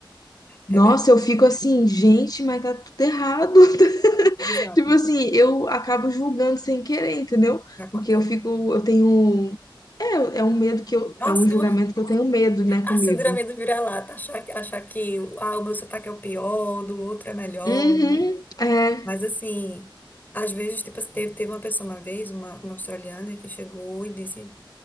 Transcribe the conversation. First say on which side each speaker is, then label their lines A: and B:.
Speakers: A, on the left; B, on the left.
A: Nossa,
B: É verdade.
A: eu fico assim, gente, mas tá tudo errado. <laughs>
B: Exato.
A: Tipo assim, eu acabo julgando sem querer, entendeu?
B: Acontece.
A: Porque eu fico, eu tenho. É, é um medo que eu.
B: Nossa,
A: É um julgamento
B: <laughs> é uma,
A: que eu tenho medo, né,
B: a
A: comigo.
B: síndrome do vira-lata, achar, que- achar que ah, o meu sotaque é o pior, do outro é melhor,
A: Uhum,
B: né?
A: é,
B: Mas assim, às vezes, tipo, teve, teve uma pessoa uma vez, uma, uma australiana, que chegou e disse.